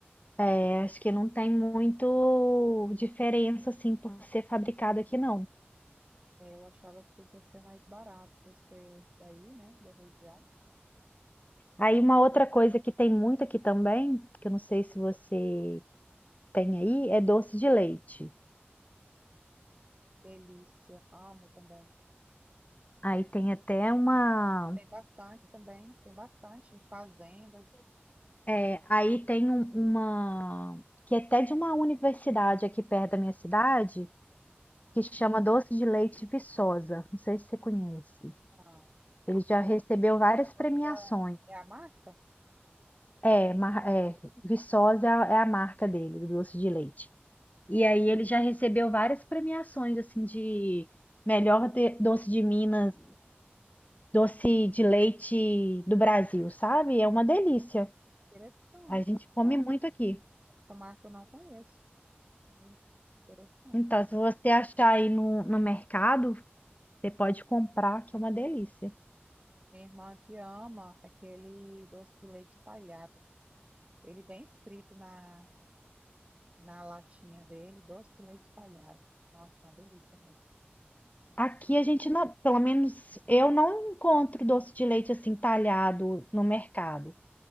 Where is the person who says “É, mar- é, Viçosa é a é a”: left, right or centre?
Left